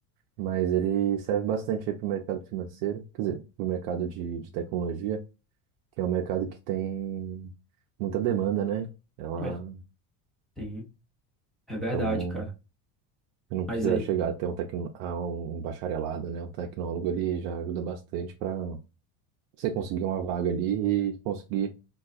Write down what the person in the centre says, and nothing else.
é. Sim, é verdade,
cara.
Mas
aí